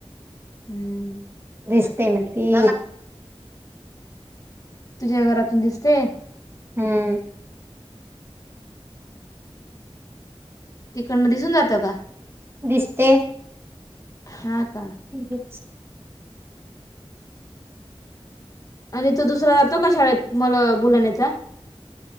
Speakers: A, on the left (about 35°); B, on the right (about 25°).
A: हम्म
B: दिस ते न ते
A: तुझ्या घरातून दिसते
B: हम्म
A: तिकडनं दिसून जात का
B: दिसते
A: हा का
B: ठीक आहे
A: आणि तो दुसरा जातो का शाळेत मला बोलाण्याचा